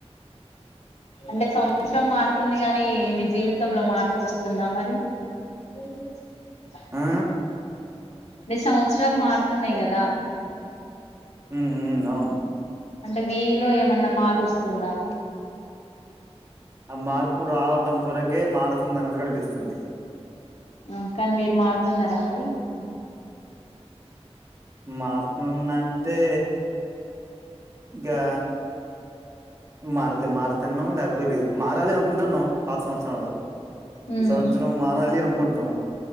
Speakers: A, on the left; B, on the right.
A: అంటే సంవత్సరం మారుతుంది గానీ, మీ జీవితంలో మార్పొస్తుందా మరి? ఉ ఉ
B: ఆ
A: నీ సంవత్సరాలు మారుతున్నయి కదా.
B: ఉ ఉ అవును
A: అంటే మీలో ఏమన్నా మార్పొస్తుందా?
B: ఆ మార్పు రావటం కొరకే మారుతుందన్నటు కనిపిస్తుంది.
A: అ కాన్ మీరు మారుతున్నారా మరి?
B: మారుతున్నట్టే ఇంకా మారుతే మారుతన్నం లేకపోలేదు మారలంకుంటన్నం. పాత సంవత్సర్ల
A: ఉమ్
B: ఈ సంవత్సరం మారాలి అనుకుంటాం.